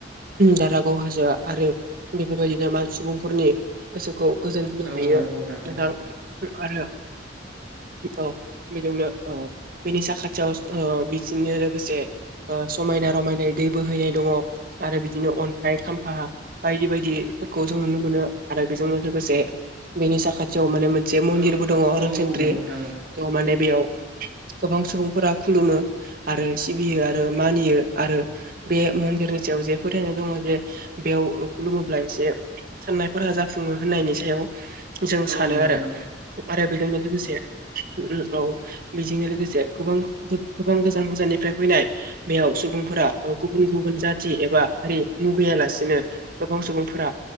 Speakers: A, on the right; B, on the right.
A: दारागाव हाजोआ आरो बेफोरबायदिनो मान सुबुंफोरनि गोसो खौ गोजोन होनो
B: औ
A: हायो
B: औ नंगौ
A: नोंथां
B: औ
A: आरो औ बेजोंनो औ बेनि साखाथियाव ओ बिजोंनो लोगोसे ओ समायना रमायना रै दै बोहैनाय दङ आरो बिदिनो अन्थाइ खाम्फा बायदि बायदिफोरखौ जों नुनो मोनो आरो बेजोंनो लोगोसे बेनि साखाथियाव माने जे मन्दिर
B: औ
A: बो दंङ रोनचोन्द्रि
B: औ नंगौ नोंथां
A: माने बेयाव गोबां सुबुंफोरा खुलुमो आरो सिबियो आरो मानियो आरो बे मन्दिरनि सायाव जे फोथायनाय दङ जे बेयाव खुलुमोब्ला एसे साननायफोरा जाफुङो होनायनि सायाव जों
B: औ
A: सानो
B: नंगौ नोंथां औ नंगौ नोंथां औ
A: आरो बैजोंनो लोगोसे औ बिजोंनो लोगोसे गोबां गोबां गोजान गोजाननिफ्राय फैनाय नाय बेयाव सुबुंफोरा गुबुन गुबुन जाथि एबा हारि मुगैयालासिनो गोबां सुबुंफोरा